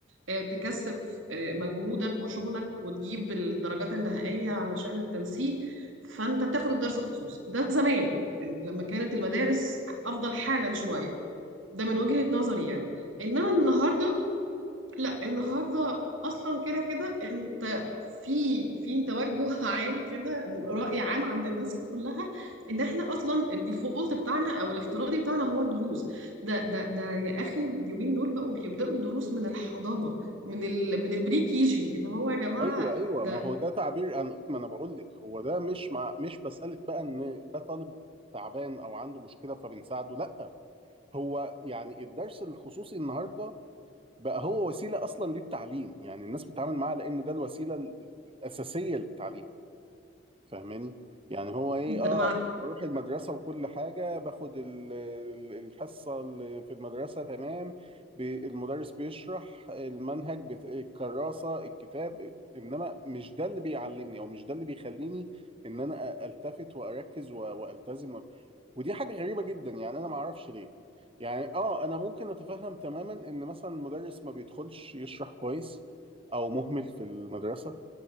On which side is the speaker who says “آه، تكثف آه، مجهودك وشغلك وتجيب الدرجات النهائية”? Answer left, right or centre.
Right